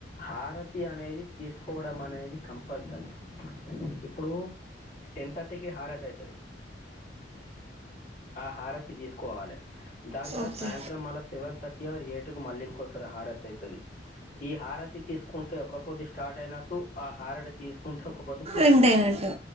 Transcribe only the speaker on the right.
ఓకే
ఎండ్
అయినటు